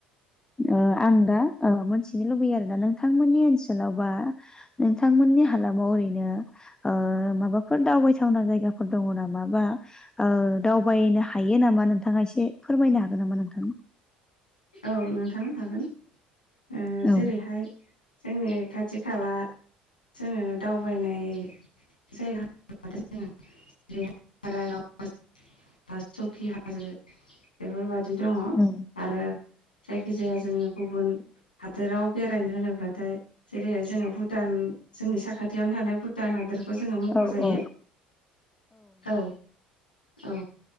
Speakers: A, on the left; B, on the left.
A: ओ आं दा मिथिनो लुबैयो आरोना नोंथांमोननि ओनसोलाव बा नोंथांमोननि हालामाव ओरैनो ओ माबाफोर दावबायथावना जायगाफोर दङ नाम बा ओ दावबायनो हा हायो नामा नोंथाङा एसे फोरमायनो हागोन नामा नोंथां?
B: औ नोंथां हागोन ओ
A: औ
B: जेरैहाय जोंनि खाथि खाला जोङो दावबायनाय जायगा होनोबाथाय जोङो <unintelligible> <unintelligible> सकि हाजो बेफोरबायदि दङ
A: उम
B: आरो जायखि जाया जोङो गुबुन हादोराव बेरायनो होनोब्लाथाय जेरैहाय जोङो भुटान जोंनि साखाथियावनो थानाय भु भुटान हादरखौ जोङो मख'जायो
A: औ औ
B: औ औ